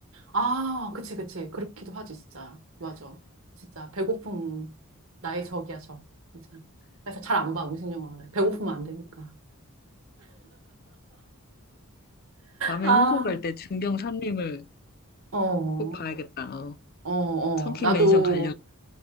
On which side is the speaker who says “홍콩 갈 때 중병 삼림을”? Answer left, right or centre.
Left